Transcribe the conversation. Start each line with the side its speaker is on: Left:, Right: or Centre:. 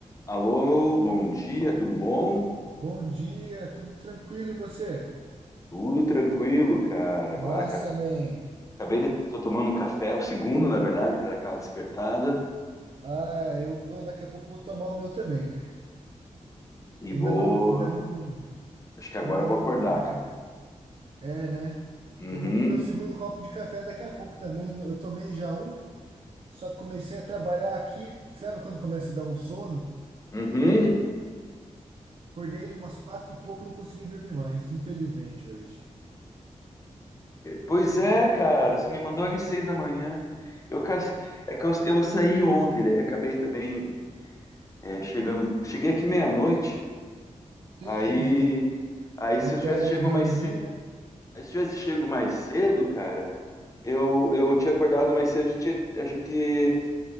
Left: Alô, bom dia, tudo bom?
Right: Bom dia, tudo tranquilo e você?
Left: Tudo tranquilo, cara.
Right: Massa,
Left: Agora acab-
Right: man.
Left: acabei de tô tomando um café, o segundo, na verdade, para aquela despertada
Right: Ah, eu vou daqui a pouco vou tomar o meu também, cara.
Left: e
Right: Ainda
Left: vou,
Right: não, ainda não,
Left: acho que agora
Right: eu ainda
Left: eu vou
Right: não,
Left: acordar, cara.
Right: ah, é, né?
Left: Uhum.
Right: Eu vou pro meu segundo copo de café daqui a pouco também. Eu tomei já um, só que comecei a trabalhar aqui, sabe quando começa a dar um sono?
Left: Uhum.
Right: Acordei umas quatro e pouco, não consegui dormir mais, infelizmente hoje.
Left: Pois é, cara, você me mandou às seis da manhã. Eu cas- é que eu, eu saí ontem, daí acabei também é, chegando, cheguei aqui meia-noite. Aí,
Right: Sim,
Left: aí
Right: até
Left: se eu tivesse chego
Right: dormir,
Left: mais cedo,
Right: né?
Left: se eu tivesse chego mais cedo, cara, Eu, eu tinha acordado mais cedo, a gente, a gente-